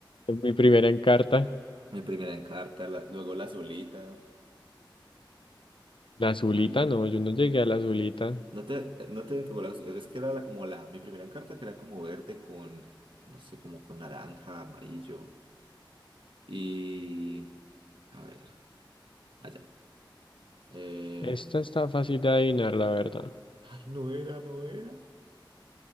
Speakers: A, on the left; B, on the right.
A: Mi primera encarta,
B: <laughs> mi primera Encarta, la- luego la solita.
A: la azulita,
B: Había.
A: no, yo no llegué a la azulita.
B: No te, no te pegó la es que era la, como la, mi primera encarta que era como verde con, no sé, como con naranja, amarillo y, a ver, allá. Eh,
A: Esta está fácil de adivinar, la verdad.
B: ay, no era, no era.